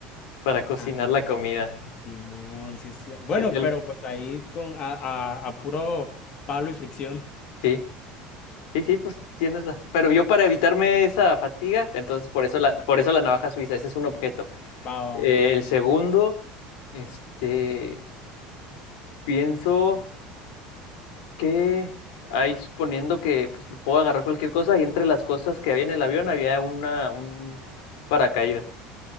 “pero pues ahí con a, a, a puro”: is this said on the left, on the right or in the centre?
Left